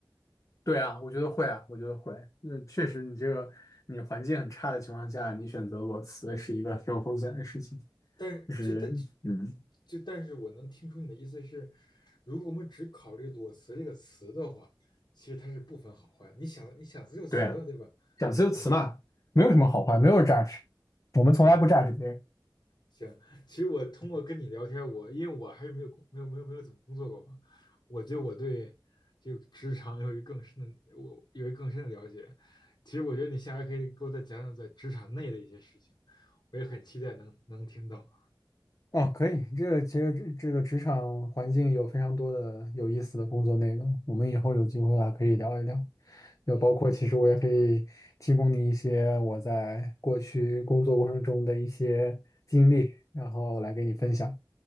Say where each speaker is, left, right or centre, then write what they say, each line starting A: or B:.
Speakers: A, on the left (about 40°); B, on the left (about 60°).
A: 对啊，我觉得会啊，我觉得会。嗯，确实，你这个你环境很差的情况下，你选择裸辞是一个挺有风险的事情，
B: 但是就但
A: 就是嗯。
B: 就但是我能听出你的意思是，如果我们只考虑裸辞这个词的话，其实它是不分好坏。你想你想辞就辞啊对吧？
A: 对，讲词由词嘛。
B: 嗯，
A: 没有什么好坏，没有 judge，我们从来不
B: 行了。
A: judge 别人。
B: 行，其实我通过跟你聊天，我因为我还是没有工没有没有没有怎么工作过嘛，我觉得我对这个职场有一个更深的我有一个更深的了解。其实我觉得你下来可以给我再讲讲在职场内的一些事情，我也很期待能能听到。
A: 哦，可以，这个其实这这个职场环境有非常多的有意思的工作内容，我们以后有机会啊可以聊一聊。就包括其实我也可以提供你一些我在过去工作过程中的一些经历，
B: 嗯，
A: 然后来给你分享。